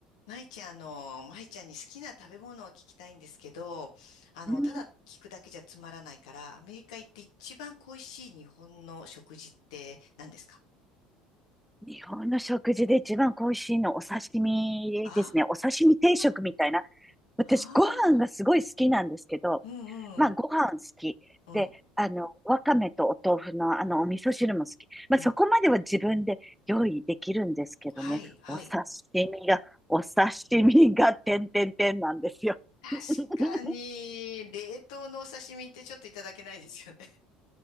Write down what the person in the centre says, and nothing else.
うん
日本の食事で一番恋しいのお刺身ですね。
お刺身定食みたいな。
私、
ご飯がすごい好きなんですけど、
まあ、ご飯好き。
で、あの、わかめとお豆腐のあの、お味噌汁も好き。まあ、
そこまでは自分で用意できるんですけどね。
お刺身が、お刺身が、てんてんてんなんですよ。
<laughs>